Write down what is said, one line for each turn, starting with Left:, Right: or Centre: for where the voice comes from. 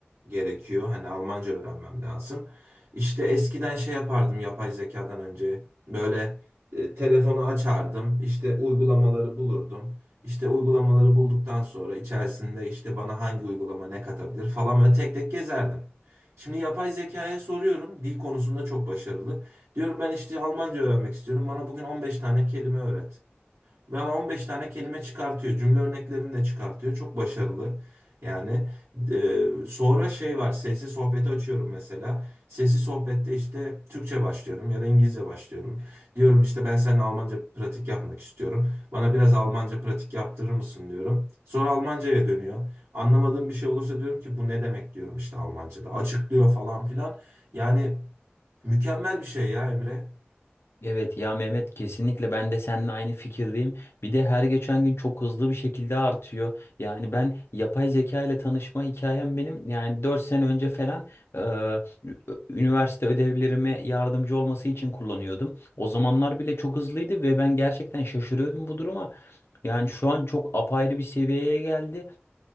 Right: gerekiyor hani Almanca öğrenmem lazım İşte eskiden şey yapardım yapay zekadan önce böyle e, telefonu açardım İşte uygulamaları bulurdum İşte uygulamaları bulduktan sonra içerisinde işte bana hangi uygulama ne katabilir falan böyle tek tek gezerdim. Şimdi yapay zekaya soruyorum dil konusunda çok başarılı. Diyorum ben işte Almanca öğrenmek istiyorum. Bana bugün 15 tane kelime öğret. Bana 15 tane kelime çıkartıyor. Cümle örneklerini de çıkartıyor. Çok başarılı. Yani e, sonra şey var. Sesli sohbeti açıyorum mesela. Sesli sohbette işte Türkçe başlıyorum ya da İngilizce başlıyorum. Diyorum işte ben seninle Almanca pratik yapmak istiyorum. Bana biraz Almanca pratik yaptırır mısın diyorum. Sonra Almanca'ya dönüyor. Anlamadığım bir şey olursa diyorum ki bu ne demek diyorum işte Almanca'da. Açıklıyor falan filan. Yani mükemmel bir şey ya Emre.
Left: Evet ya Mehmet kesinlikle ben de seninle aynı fikirdeyim. Bir de her geçen gün çok hızlı bir şekilde artıyor. Yani ben yapay zeka ile tanışma hikayem benim yani 4 sene önce falan e, ü- üniversite ödevlerime yardımcı olması için kullanıyordum. O zamanlar bile çok hızlıydı ve ben gerçekten şaşırıyordum bu duruma. Yani şu an çok apayrı bir seviyeye geldi